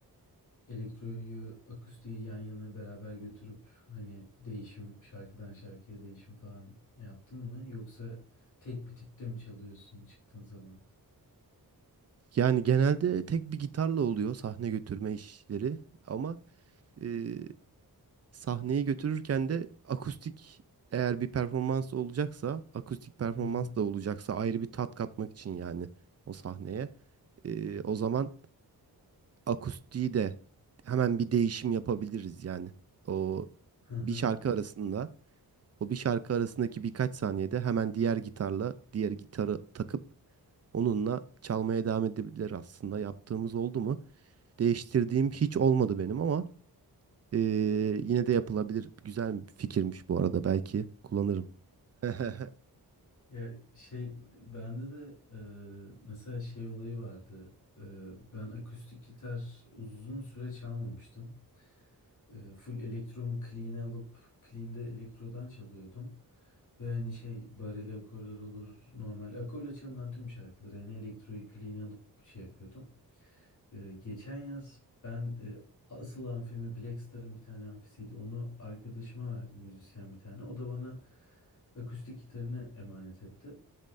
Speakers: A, on the left; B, on the right.
A: e, elektroyu, akustiği yan yana beraber götürüp hani değişim şarkıdan şarkıya değişim falan yaptın mı? Yoksa tek bir tipte mi çalıyorsun çıktığın zaman?
B: Yani genelde tek bir gitarla oluyor sahne götürme işleri ama e, sahneyi götürürken de akustik eğer bir performans olacaksa, akustik performans
A: Hı hı.
B: da olacaksa ayrı bir tat katmak için yani o sahneye. e, o zaman akustiği de hemen bir değişim yapabiliriz yani. O
A: Hı hı.
B: bir şarkı arasında, o bir şarkı arasındaki birkaç saniyede hemen diğer gitarla, diğer gitarı takıp onunla çalmaya devam edebilir aslında. Yaptığımız oldu mu? Değiştirdiğim hiç olmadı benim ama eee, yine de yapılabilir. Güzel bir fikirmiş bu arada. Belki kullanırım. <laughs>
A: Ya şey bende de e, mesela şey olayı vardı. E, ben akustik gitar uzun süre çalmamıştım. E, full elektromu clean'e alıp clean'de elektrodan çalıyordum. Ve hani şey bareli akorlar olur normal akorla çalınan tüm şarkıları yani elektro yükleyini alıp şey yapıyordum. Ee, geçen yaz ben e, asıl amfimi Black Star'ın bir tane amfisiydi. Onu arkadaşıma verdim müzisyen bir tane. O da bana akustik gitarını emanet etti.